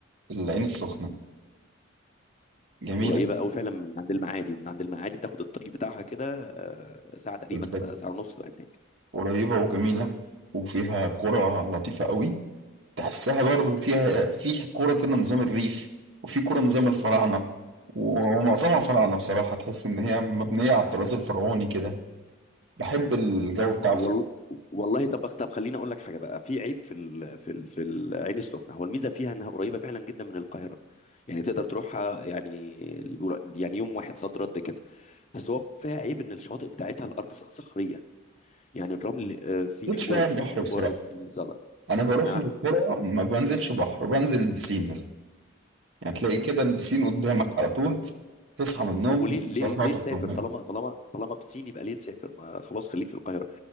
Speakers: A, on the right; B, on the left.
A: العين السخنه جميله
B: قريبه قوي فعلا من عند المعادي ومن عند المعادي بتاخد الطريق بتاعها كده آه، ساعه تقريبا
A: بالظبط
B: تبقى ساعه ونص تبقى هناك
A: قريبه وجميله وفيها قرى لطيفه قوي تحسها برضه فيها في قرى كده نظام الريف وفي قرى نظام الفراعنه ومعظمها فراعنه بصراحه تحس ان هي مبنيه على الطراز الفرعوني كده بحب الجو بتاعها
B: والله
A: بصراحه
B: والله طب طب خليني اقول لك حاجه بقى في عيب في ال... في ال... في العين السخنه هو الميزه فيها انها قريبه فعلا جدا من القاهره يعني تقدر تروحها يعني اللي بيقولوا- يعني يوم واحد صد رد كده بس هو فيها عيب ان الشواطئ بتاعتها الارض صخ- صخريه يعني الرمل آه، فيه
A: زيت
B: حجاره
A: شويه البحر
B: في حجاره
A: بصراحه
B: وفي زلط
A: انا بروح
B: نعم
A: القرى ما بنزلش بحر بنزل البسين بس يعني تلاقي كده البسين قدامك
B: البسين
A: على طول تصحى من النوم
B: طب وليه ليه
A: تروح ناطط
B: ليه تسافر
A: في الميه
B: طالما طالما طالما بسين يبقى ليه تسافر ما خلاص خليك في القاهره